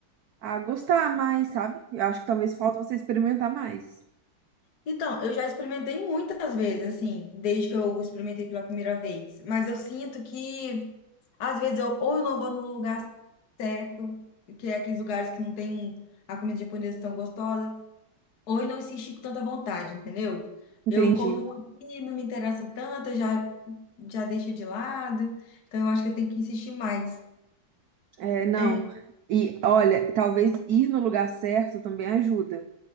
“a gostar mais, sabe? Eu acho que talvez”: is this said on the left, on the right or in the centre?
Right